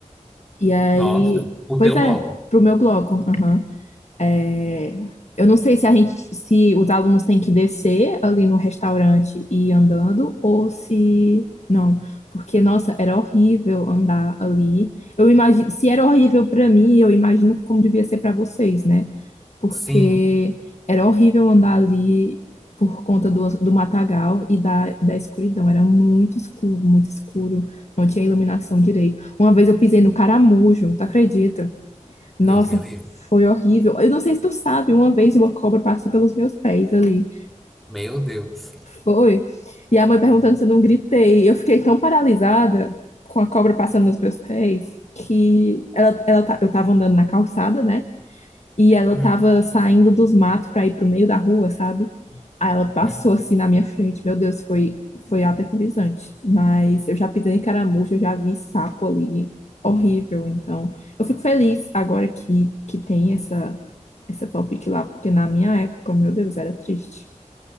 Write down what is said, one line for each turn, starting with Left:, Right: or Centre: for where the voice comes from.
Left: E aí,
Centre: Nossa, o
Left: pois
Centre: teu
Left: é,
Centre: bloco?
Left: pro meu bloco, é, eu não sei se a gente, se os alunos têm que descer ali no restaurante e ir andando, ou se não, porque nossa, era horrível andar ali. Eu imagino, se era horrível para mim, eu imagino como devia ser para vocês, né? Porque
Centre: Sim,
Left: era horrível andar ali por conta do, do matagal e da, da escuridão. Era muito escuro, muito escuro. Não tinha iluminação direito. Uma vez eu pisei no caramujo, tu acredita? Nossa,
Centre: Deus me livre.
Left: foi horrível. Eu não sei se tu sabe, uma vez uma cobra passou pelos meus pés ali.
Centre: Meu Deus.
Left: Foi. E a mãe perguntando se eu não gritei. Eu fiquei tão paralisada com a cobra passando nos meus pés que ela, ela, ta- eu tava andando na calçada, né? E ela
Centre: Uhum,
Left: tava saindo dos matos pra ir pro meio da rua, sabe? Aí ela passou
Centre: uhum,
Left: assim na minha frente. Meu Deus, foi, foi aterrorizante. Mas eu já pisei em caramujo, eu já vi sapo ali. Horrível, então. Eu fico feliz agora que, que tem essa essa topic lá, porque na minha época, meu Deus, era triste.